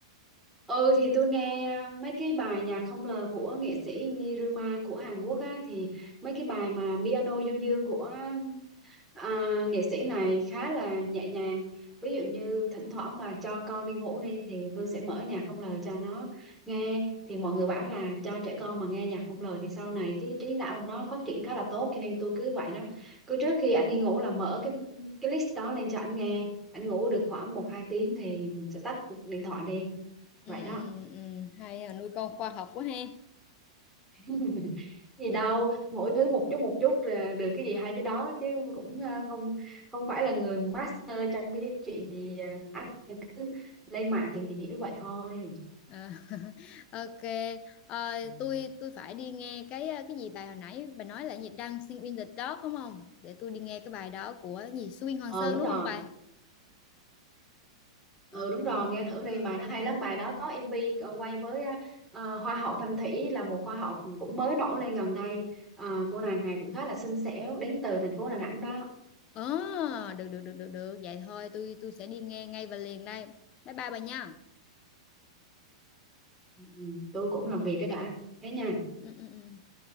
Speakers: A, in the centre; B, on the left.
A: ừ thì tôi nghe à, mấy cái bài nhạc không lời của nghệ sĩ Niruma của Hàn Quốc á thì mấy cái bài mà piano du dương của À,
B: ừ
A: nghệ sĩ này khá là nhẹ nhàng ví dụ như thỉnh thoảng mà cho con đi ngủ đi thì tôi sẽ mở nhạc không lời cho nó nghe thì mọi người bảo là cho trẻ con mà nghe nhạc không lời thì sau này cái trí não của nó phát triển khá là tốt cho nên tôi cứ vậy đó cứ trước khi ảnh đi ngủ là mở cái cái list đó lên cho ảnh nghe ảnh ngủ được khoảng một hai tiếng thì mình sẽ tắt điện thoại đi
B: ừ
A: vậy đó
B: ừ hay à, nuôi con khoa học quá ha
A: <laughs> gì đâu mỗi thứ một chút một chút là được cái gì hay cái đó chứ cũng ờ, không không phải là người master trong cái chuyện gì ờ, cả. cứ lên mạng tìm hiểu vậy thôi
B: Ờ, <laughs> ok Ờ, tôi tôi phải đi nghe cái ờ, cái gì bài hồi nãy bà nói là gì Dancing in the Dark đúng không để tôi đi nghe cái bài đó của gì Suyên Hoàng
A: ừ
B: Sơn
A: đúng
B: đúng
A: rồi
B: không bà ờ
A: ừ đúng rồi nghe thử đi bài nó
B: ờ
A: hay lắm bài đó có MV ờ, quay với ờ, ờ, hoa hậu Thanh Thủy là một hoa hậu cũng mới nổi lên gần đây Ờ, cô nàng này cũng khá là xinh xẻo đến từ thành phố Đà Nẵng đó
B: Ờ, được được được được được vậy thôi tôi tôi sẽ đi nghe ngay và liền đây bye bye bà nha
A: ừ, tôi cũng làm việc cái đã thế nha
B: ừ ừ ừ